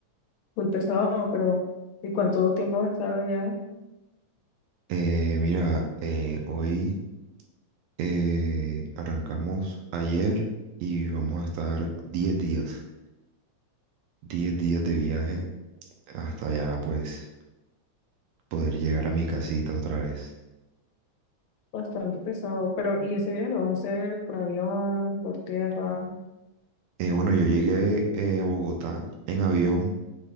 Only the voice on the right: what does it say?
Eh, mira, eh, hoy eh, arrancamos ayer y vamos a estar 10 días, 10 días de viaje hasta ya pues poder llegar a mi casita otra vez.
Eh, bueno, yo llegué eh, a Bogotá en avión